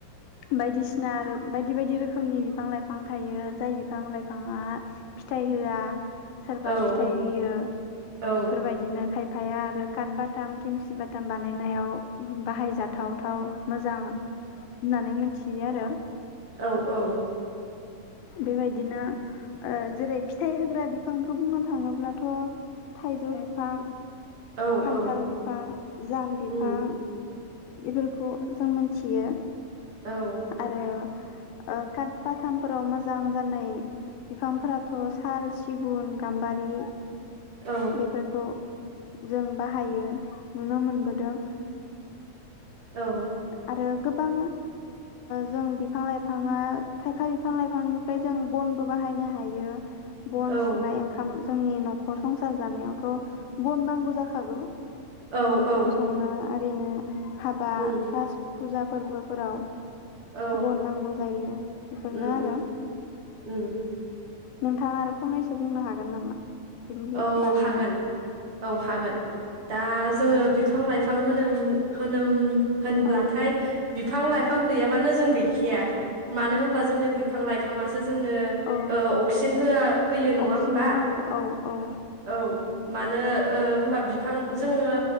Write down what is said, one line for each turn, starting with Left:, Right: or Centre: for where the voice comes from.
Left: बायदिसिना बायदि बायदि रोखोमनि बिफां लाइफां थायो जाय बिफां-लाइफाङा फिथाइ होआ सोरबा
Right: औ
Left: फिथाइ होयो बेफोरबायदिनो
Right: औ
Left: खायफ फाया आरो काथ बाथाम खेमसि बा दाम बानायनायाव बाहायजाथावथाव मोजां होननानै मि मिन्थियो आरो
Right: औ औ।
Left: बेबायदिनो ओ जेरै फिथाइ होग्रा बिफांखौ बुंनो थाङोब्लाथ थाइजौ बिफां
Right: औ
Left: खान्थाल
Right: औ
Left: बिफां जाम बिफां
Right: उम
Left: बेफोरखौ जों मोनथियो
Right: औ
Left: आरो। ओ काट बाथामफोराव मोजां जानाय बिफांफोराथ' साल, सिगुन, गाम्बारि
Right: औ
Left: बेफोरखौ जों बाहायो नुनो मोनबोदों
Right: औ।
Left: आरो गोबां जों बिफां लाइफाङा खायफा बिफां लाइफांनिफ्राय जों बनबो बाहायनो हायो बन
Right: औ
Left: सुनाय ओंखाम जोंनि नखर संसार जानायावथ' बन नांगौ जाखागौ
Right: औ
Left: ओंखाम
Right: औ
Left: संनो आरिनो हाबा
Right: उम
Left: गासै फुजा फोरबोफोराव
Right: औ
Left: बन नांगौ जायो बेफोरनो
Right: उम
Left: आरो
Right: उम
Left: नोंथाङा आरो फंनैसो बुंनो हागोन नामा? बेनि
Right: औ
Left: बागैनो
Right: हागोन औ हागोन। दा जोङो बिफां लाइफां होनोम होनोम होनब्लाथाय
Left: औ
Right: बिफां लाइ बिफां गैयाबानो जों गैखाया मानो होनबा जोंनो बिफां लाइफांसो जोंनो
Left: औ
Right: ओ अक्सिजेन हो होयो नङा
Left: अक्सिजेन
Right: होनबा?
Left: होयो औ औ
Right: औ मानो ओ होमबा बिफां जोङो